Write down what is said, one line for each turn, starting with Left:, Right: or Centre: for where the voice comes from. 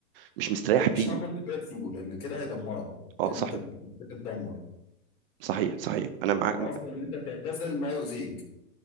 Right: مش مستريح
Left: لا
Right: فيه
Left: مش حابب الارتقاء تسيبه لان كده هيدمرك
Right: اه
Left: يعني
Right: صحيح
Left: انت بتتدمر
Right: صحيح صحيح انا معاك
Left: الافضل ان انت تعتزل ما يؤذيك